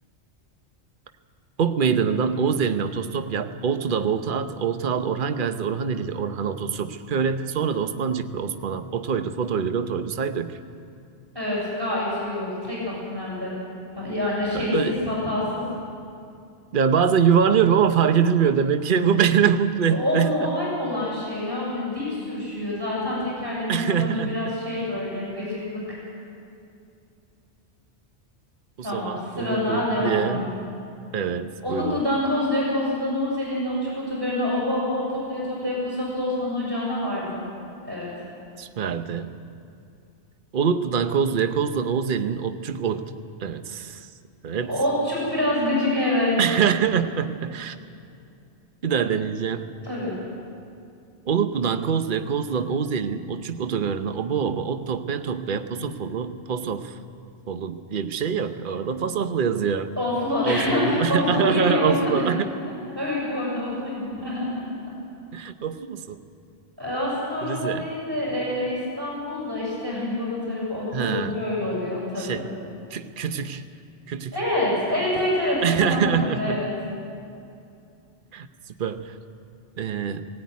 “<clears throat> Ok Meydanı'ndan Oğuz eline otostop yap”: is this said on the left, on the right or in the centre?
Right